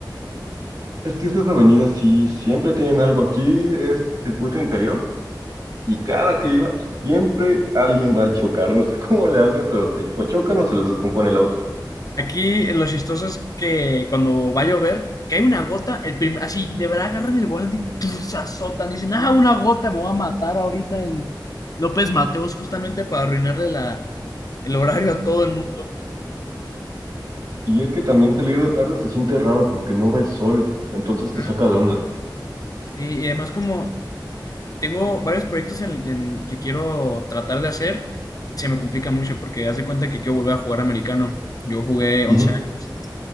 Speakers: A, on the right; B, on the left.
A: Es que estas avenidas sí siempre tienen algo aquí, es circuito interior, y cada que iba, siempre alguien va a chocar, no sé <laughs> cómo le hacen, pero si o chocan o se les descompone el auto.
B: Aquí eh, lo chistoso es que cuando va a llover, cae una gota, el prim- así, de verdad agarran el volante y ¡tum! se azotan. Dicen, ah, una gota, me voy a matar ahorita en López Mateos, justamente para arruinarle la, el horario a todo el mundo.
A: Y es que también salir de tarde se siente raro porque no ves sol, entonces te
B: Ajá.
A: saca de onda.
B: Sí, y además como tengo varios proyectos en, en que quiero tratar de hacer, se me complica mucho porque haz de cuenta que quiero volver a jugar americano. Yo jugué 11
A: Ujú.
B: años.